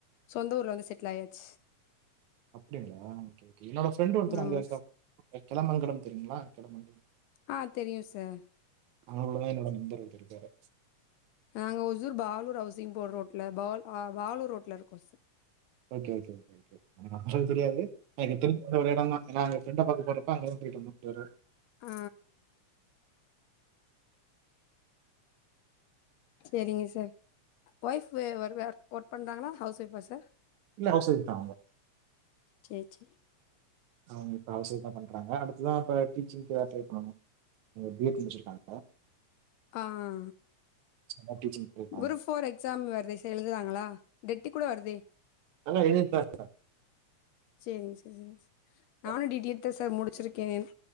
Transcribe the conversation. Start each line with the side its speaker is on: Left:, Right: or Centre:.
Left: சொந்த ஊர்ல வந்து செட்டில் ஆயாச்சு
Right: அப்டிங்களா ஓகே ஓகே என்னோட ஃப்ரெண்டு் ஒருத்தர்
Left: ஆமாங்க
Right: அங்க இருக்கா
Left: ஸ்
Right: கிளமங்கலம் தெரியுங்களா கிளமங்கலம்
Left: அ தெரியு சார்
Right: அங்னகுள்ள தா என்னோட நண்பர் ஒருத்தர் இருக்காரு
Left: நாங்க ஒசூர் பாலூர் ஹவுசிங் போற ரோட்ல பா பாலூர் ரோட்ல இருக்கோ சார்
Right: ஓகே ஓகே ஓகே எனக்கு தெரியாது எனக்கு தெருஞ்சது அந்த ஒரு எடந் தா ஏனா அங்க ஃப்ரண்ட பாக்க போறப்ப அங்கதா போயிட்டு வந்தோ ஒரு
Left: அ செரிங்க சார் ஒய்ஃப்பு வருவாரு ஒர்க் பண்றாங்களா ஹவுஸ் ஒய்ஃபா சார்
Right: இல்ல ஹவுஸ் ஒய்ஃப் தா
Left: சேர் சேர்
Right: அவுங்க இப்ப ஹவுஸ் ஒய்ஃபா பண்றாங்க அடுத்துதா இப்ப டீச்சிங்கு எதா ட்ரை பண்ணனு அவுங்க பி எட் முடுச்சுருக்காங்க
Left: அ அ அ
Right: சும்மா டீச்சிங் பண்ணிருக்காங்க
Left: குரூப் ஃபோர் எக்ஸாம் வருதே சார் எழுதுவாங்களா டெட்டு கூட வருதே
Right: நல்லா எழுதிருக்காரு
Left: சேரிங் சார் சேரிங் சார்
Right: சார்
Left: நானு டி டி எட் தா சார் முடுச்சுருக் கேன்